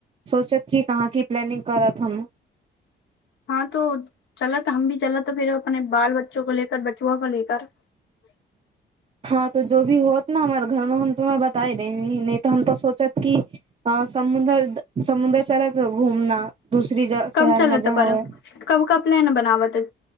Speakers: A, on the right; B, on the left.
A: सोचत क कहाँ की प्लानिंग करत हम <unintelligible>
B: हँ तो चल त हम भी चल त फेर अपने बाल बच्चो को लेक बचुआ को लेक <unintelligible> <inaudible>
A: हँ तो जो भ होत न हमरे घरमे हम तु्हरा बताए देंगे नहि तऽ हम तो सोचत कि <unintelligible> अ समुदर समुद्र चार त घुमना दूसरी ज <unintelligible>
B: कब चलतै
A: जहाँ
B: पर
A: हुए
B: कब क प लैन बनाबऽ त